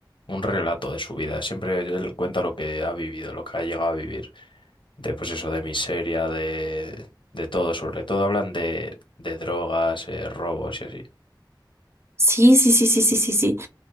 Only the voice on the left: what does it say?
un relato de su vida. Siempre él cuenta lo que ha vivido, lo que ha llegado a vivir. De, pues eso, de miseria, de, de todo. Sobre todo hablan de, de drogas, eh, robos y así.